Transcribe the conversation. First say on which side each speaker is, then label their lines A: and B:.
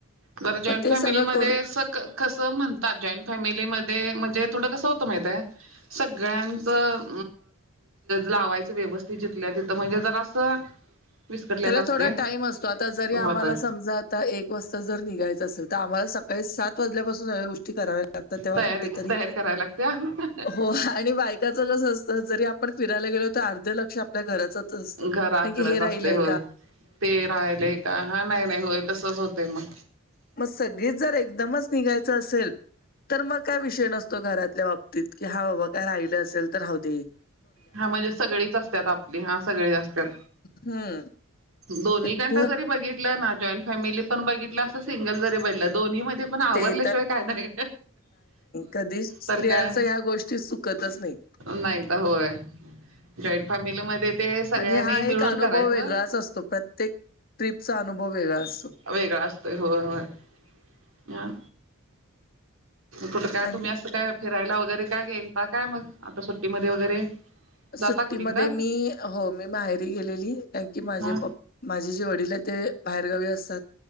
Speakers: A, on the right; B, on the left.
A: जरा जॉईंट
B: मग ते
A: फॅमिलीमध्ये
B: सगळं करून
A: स कसं म्हणतात जॉईंट फॅमिलीमध्ये म्हणजे थोडं कसं होतं माहित आहे. सगळ्यांचं लावायचं व्यवस्थित जिथलं तिथं म्हणजे जर असं विस्कटलेलं
B: त्याला
A: असते
B: थोडा टाइम असतो आता जरी
A: होतय
B: आम्हाला समजा आता एक वाजता जर निघायचं असेल तर आम्हाला सकाळी सात वाजल्यापासून सगळ्या गोष्टी कराव्या लागतात. तेव्हा
A: तयारी
B: कुठेतरी
A: तयारी करायला लागते
B: हो आणि बायकाच कस असत जरी आप आपण फिरायला गेलो तर अर्ध लक्ष आपल्या घराचच असतं
A: घराकडच
B: कारण की हे राहिलंय.
A: असते ते राहिलेय का हा नाही नाही होय तसच होत मग.
B: मग सगळीच जर एकदमच निघायचं असेल. तर मग काय विषय नसतो घरातल्या बाबतीत की हा बाबा काय राहिलं असेल तर राहुदे.
A: हा म्हणजे सगळीच असतात आपली हा सगळी असतात.
B: हं,
A: दोन्ही
B: ते
A: कंड
B: खूप
A: जरी बघितलं ना जॉईंट फॅमिली पण बघितलं अस सिंगल जरी बनलं दोन्ही मध्ये पण आवरल्याशिवाय
B: ते
A: काय नाही.
B: कधी स्त्रियांचा
A: तर काय
B: ह्या गोष्टी चुकतच नाही.
A: नाही तर होय. जॉईंट फॅमिलीमध्ये ते सगळ्यांनी
B: आणि हा
A: मिळून
B: एक अनुभव
A: करायचं
B: वेगळाच असतो प्रत्येक ट्रीपचा अनुभव वेगळा असतो.
A: वेगळा असतोय होय होय ह कुठं काय
B: आणि
A: तुम्ही असं काय फिरायला वगैरे काय गेलाता काय मग आता सुट्टीमध्ये वगैरे? जाता
B: सुट्टीमध्ये
A: कुणीकडं
B: मी हो मी बाहेर गेलेली कारण की माझे
A: हा
B: पप्पा माझे जे वडील आहे ते बाहेरगावी असतात.